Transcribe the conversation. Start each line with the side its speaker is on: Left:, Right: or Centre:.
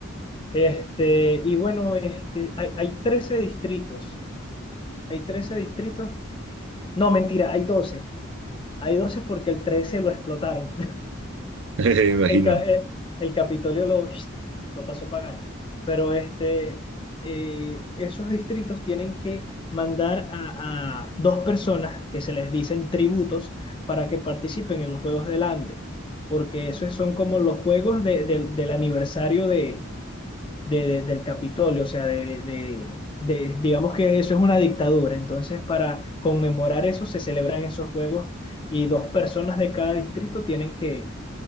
Left: Este, y bueno, este, hay, hay 13 distritos. Hay 13 distritos. No, mentira, hay doce Hay 12 porque el 13 lo explotaron.
Right: <laughs> Me imagino.
Left: El, ca- eh, el Capitolio lo, lo pasó pagando. Pero este, eh, esos distritos tienen que mandar a, a dos personas que se les dicen tributos para que participen en los Juegos del Hambre, porque esos son como los juegos de- del del aniversario de, de- de- del Capitolio, o sea, de, de, de- digamos que eso es una dictadura. Entonces, para conmemorar eso, se celebran esos juegos y dos personas de cada distrito tienen que